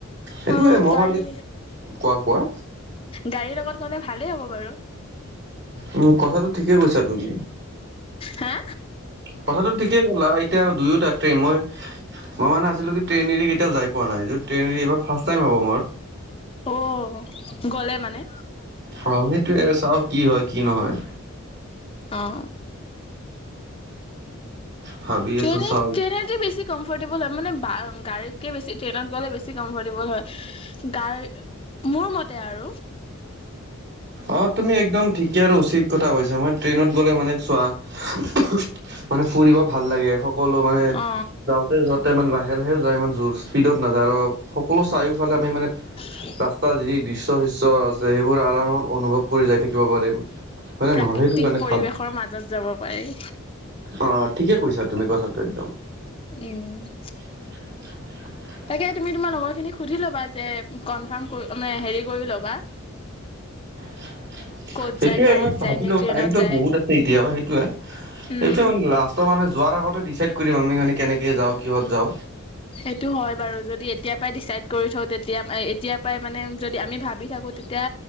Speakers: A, on the right; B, on the left.
A: সেইটোৱে
B: অ
A: মই
B: গাড়ী
A: মানে কোৱা কোৱা,
B: গাড়ীৰ লগত গ'লে ভালেই হ'ব বাৰু।
A: উম কথাটো ঠিকে কৈছা তুমি
B: হা
A: কথাটো ঠিকে, কলা এতিয়া দুয়োটা ট্ৰেইন মই মই মানে আছিলো কি ট্ৰেইন এৰি কেতিয়াও যাই পোৱা নাই য ট্ৰেইন এৰি এইবাৰ, ফাৰ্ষ্ট টাইম হব মোৰ,
B: অ গ'লে মানে,
A: অ সেইটোয়ে চাও কি হয় কি নহয়।
B: অ
A: ভাবি
B: ট্ৰেইনে
A: আছো চাওঁ।
B: ট্ৰেইনে দি বেছি কমফৰ্টেবল হয় মানে বা গাড়ীতকে বেছি ট্ৰেইনত গ'লে বেছি কমফৰ্টেবল হয় গাৰী মোৰ মতে আৰু
A: অ তুমি একদম ঠিকে আৰু উচিত কথা কৈছা মই ট্ৰেইনত গ'লে মানে চোৱা উমহ, মানে ফুৰিব ভাল লাগে সকলো মানে
B: অ
A: যাওঁতে ই মানে লাহে লাহে যায় ইমান জোৰ স্পীডত নাযায় আৰু সকলো চাৰিওফালে আমি মানে
B: <unintelligible>
A: ৰাস্তাৰ যি দৃশ্য শৃশ্য আছে সেইবোৰ আৰামত অনুভৱ কৰি যাই থাকিব পাৰিম। হয় নে
B: প্ৰাকৃতিক
A: নহয় সেইটো কাৰণে
B: পৰিৱেশৰ
A: ভাল।
B: মাজত যাব পাৰি।
A: অ ঠিকে কৈছা তুমি কথাটো একদম।
B: উম।
A: <inaudible>
B: তাকে তুমি তোমাৰ লগৰ খিনিক সুধি ল'বা যে কনফাৰ্ম কৰি মে হেৰি কৰি ল'বা।
A: <inaudible>
B: ক'ত
A: সেইটোয়ে
B: যায় গাড়ীত
A: মই ভাবিলো
B: যায় নে ট্ৰেইনত
A: টাইমটো
B: যায়
A: বহুত আছে এতিয়া সেইটোয়ে
B: উম
A: সেইটো মানে লাষ্ট। ত মানে যোৱাৰ আগতে ডিচাইড কৰিম আমি মানে কেনেকৈ যাওঁ কিহত যাওঁ।
B: সেইটো হয় বাৰু যদি এতিয়াৰ পৰাই ডিচাইড কৰি থওঁ তেতিয়া এতিয়া পৰাই মানে যদি আমি ভাবি থাকো তেতিয়া